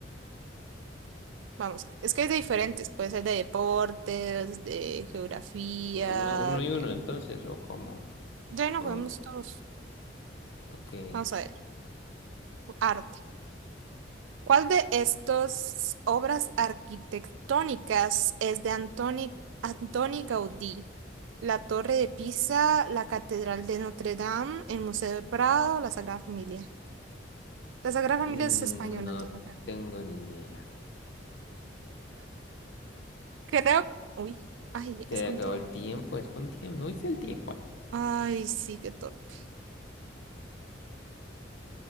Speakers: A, on the right; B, on the left.
A: vamos a ver. Es que es de diferentes, puede ser de deportes, de geografía,
B: Mm, Uno y
A: de...
B: uno, entonces, o cómo.
A: Ya no
B: O
A: jugamos
B: los dos.
A: todos.
B: Ok.
A: Vamos a ver. Arte. ¿Cuál de estas obras arquitectónicas es de Antoni, Antoni Gaudí? La Torre de Pisa, la Catedral de Notre Dame, el Museo del Prado, la Sagrada Familia. La Sagrada
B: Mm,
A: Familia es española,
B: no
A: entonces. no creo.
B: tengo ni idea.
A: Creo. Uy, ay,
B: Se
A: es con
B: acabó
A: tiempo.
B: el tiempo, es con tiempo. ¿No viste el tiempo ahí?
A: Ay, sí, qué torpe.